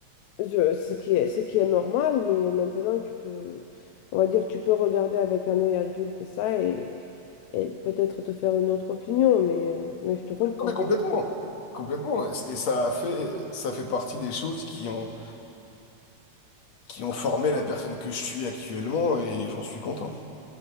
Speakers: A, on the left; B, on the left.
A: Je- ce qui est, ce qui est normal, mais maintenant, tu te, on va dire, tu peux regarder avec un œil adulte ça et, et peut-être te faire une autre opinion, mais, euh, mais je te comprends.
B: Non, mais complètement, complètement. Et ça a fait, ça fait partie des choses qui ont, qui ont formé la personne que je suis actuellement, et j'en suis content.